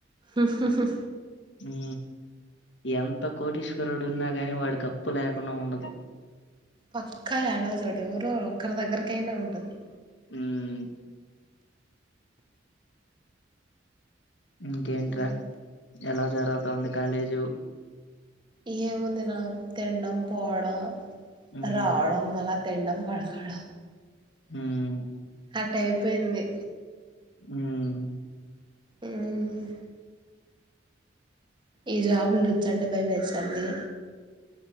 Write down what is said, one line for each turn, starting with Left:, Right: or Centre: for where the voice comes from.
Right: ఉహు హు
Left: హూ ఎంత కోటీశ్వరుడు ఉన్నా గాని వాడికి అప్పు లేకుండా ఉండదు
Right: పక్కా ఏడవ చోట ఎవరో ఒక్కరి దగ్గరకైనా ఉంటది
Left: ఉమ్ ఇంకేన్ట్రా
Right: అదే
Left: ఎలా జరతాంది కాలేజు
Right: ఏముంది నా తిడం పోవడం
Left: ఉమ్
Right: రావడం మల్ల తినడం పడుకోడం
Left: ఉమ్
Right: అటీయిపోయింది
Left: హ్మ్
Right: మ్మ్ ఈ జాబులు చూస్తా అంటే భయ వేచండి